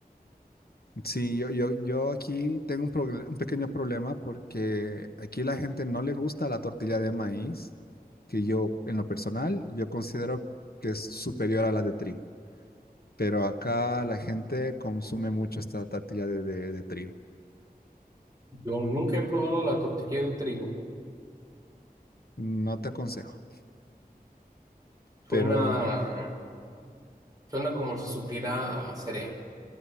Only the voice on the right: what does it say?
Yo nunca he probado la tortilla de trigo.
Suena,
suena como si supiera a cereal.